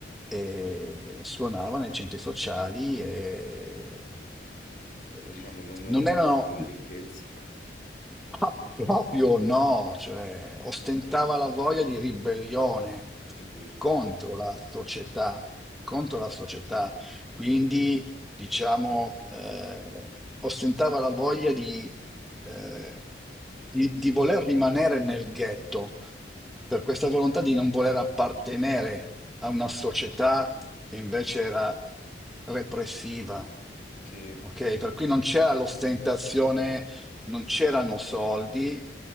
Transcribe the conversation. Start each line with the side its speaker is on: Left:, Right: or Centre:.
Centre: e suonava nei centri sociali e eh,
Left: E diciamo non
Centre: non
Left: ostentava
Centre: erano.
Left: la ricchezza.
Centre: Ah, proprio no, cioè ostentava la voglia di ribellione
Left: <laughs>
Centre: contro la società, contro la società, quindi diciamo eh, ostentava la voglia di, eh, di, di voler rimanere nel ghetto, per questa volontà di non voler appartenere a una società che invece era repressiva.
Left: Sì,
Centre: Ok,
Left: sì,
Centre: per cui
Left: sì,
Centre: non c'era
Left: sì, sì.
Centre: l'ostentazione, non c'erano soldi,